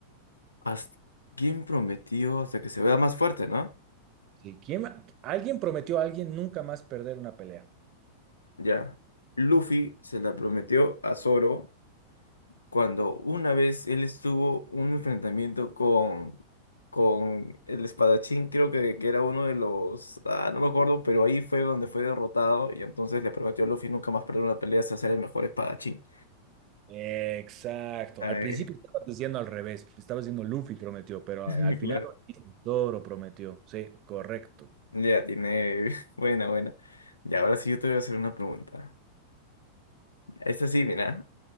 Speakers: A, on the left (about 75°); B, on the right (about 35°).
A: Hasta- ¿Quién prometió hasta que se vea más fuerte, no?
B: Sí, ¿quién, alguien prometió a alguien nunca más perder una pelea.
A: Ya, Luffy se la prometió a Zoro cuando una vez él estuvo un enfrentamiento con, con el espadachín, creo que, que era uno de los, ah, no me acuerdo, pero ahí fue donde fue derrotado y entonces le prometió a Luffy nunca más perder una pelea hasta ser el mejor espadachín.
B: Exacto.
A: ah
B: Al
A: Ay,
B: principio estabas diciendo al revés. Estabas diciendo Luffy prometió, pero
A: <laughs>
B: a- al final
A: claro.
B: Zoro prometió. Sí, correcto.
A: Ya tiene, <laughs> buena, buena. Y ahora sí yo te voy a hacer una pregunta. Esta sí, mira.